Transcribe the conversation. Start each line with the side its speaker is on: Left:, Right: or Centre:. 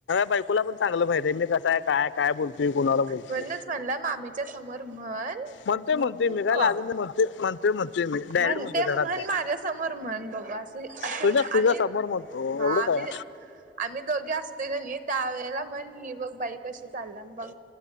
Left: बायकोला पण चांगलं माहितीिते मी कसय काय काय बोलतोय कुणाला बोलतोय
Right: म्हणूनच म्हणलं मामीच्या समोर म्हण
Left: म्हणतोय म्हणतोय
Right: मग बघू
Left: मी काय लाजून नाही म्हणतोय म्हणतोय म्हणतोय मी डायरेक्ट
Right: म्हणते
Left: म्हणतोय घरात
Right: म्हण
Left: जाऊन.
Right: माझ्या समोर म्हण बघ असं
Left: तुझ्या तुझ्या
Right: आम्ही
Left: समोर म्हणतो
Right: हा
Left: एवढं काय
Right: आम्ही आम्ही दोघे असते ग नाही त्या वेळेला म्हण ही बघ बाई कशी चालला बघ